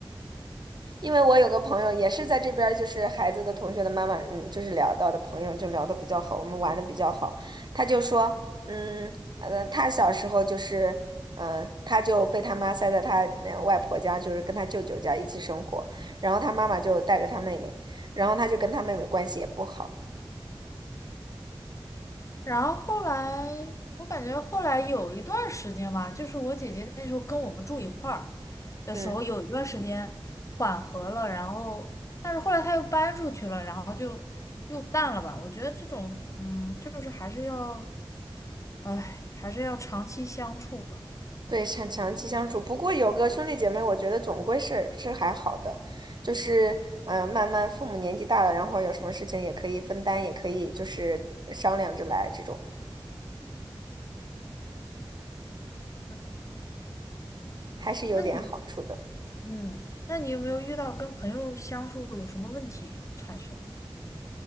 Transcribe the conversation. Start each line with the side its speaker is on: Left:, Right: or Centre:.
Right: 因为我有个朋友也是在这边儿，就是孩子的同学的妈妈，嗯，就是聊到的朋友就聊的比较好，我们玩的比较好。他就说，嗯，呃，他小时候就是，嗯、他就被他妈塞在他那外婆家，就是跟他舅舅家一起生活，然后他妈妈就带着他妹妹，然后他就跟他妹妹关系也不好，
Left: 然后后来，我感觉后来有一段时间吧，就是我姐姐那时候跟我们住一块儿的时候，
Right: 嗯，
Left: 有一段时间缓和了，然后但是后来她又搬出去了，然后就又淡了吧。我觉得这种，嗯，就是还是要。哎，还是要长期相处吧。
Right: 对，长长期相处，不过有个兄弟姐妹，我觉得总归是是还好的，就是嗯、呃慢慢父母年纪大了，然后有什么事情也可以分担，也可以就是呃商量着来，这种
Left: 是的，是的
Right: 还是有点好处的。
Left: 那你，嗯，那你有没有遇到跟朋友相处有什么问题产生的